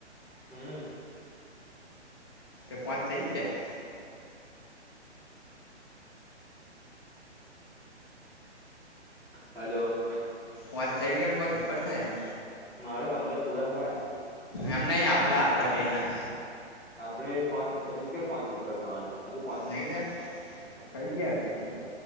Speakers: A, in the centre; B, on the left.
A: હમ્મ.
B: એ પાંચ થઈ ગયા?
A: હલો.
B: વાત થઈ ગયા <unintelligible> ઉપર છે એમ.
A: મારે પંદર પૂરા થાય.
B: એમ નઈ આપડા આપડા બે ના.
A: આપડે પોંચ હજુ ક પચ ઉપર થવાના, હજુ
B: નહી થાય? થઈ ગયા હશે કદચ.